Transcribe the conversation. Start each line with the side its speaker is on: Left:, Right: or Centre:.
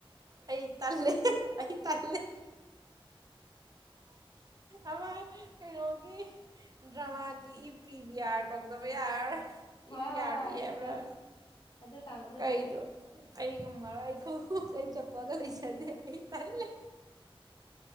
Right: ꯑꯩ ꯇꯜꯂꯦ ꯑꯩ ꯇꯜꯂꯦ꯫ ꯑꯃ ꯀꯩꯅꯣꯒꯤ, ꯗ꯭ꯔꯃꯥꯒꯤ ꯏ ꯄꯤ ꯕꯤ ꯑꯥꯔ ꯀꯧꯗꯕ ꯌꯥꯔꯔꯣꯏ
Left: ꯍꯣꯏ
Right: ꯏ ꯄꯤ
Left: ꯍꯣꯏ
Right: ꯑꯥꯔ
Left: ꯍꯣꯏ
Right: ꯕꯤ
Left: ꯑꯗꯨꯗꯣ
Right: ꯍꯥꯏꯕ꯭ꯔꯥ꯫
Left: ꯑꯗꯨ ꯀꯥꯡꯕꯨꯗꯣ
Right: ꯀꯔꯤꯗꯣ ꯑꯩ ꯉꯝꯃꯔꯣꯏ ꯑꯩ ꯈꯨꯃꯨꯛ ꯑꯩ ꯆꯠꯄꯜ ꯂꯩꯖꯗꯦ ꯑꯩ ꯇꯜꯂꯦ꯫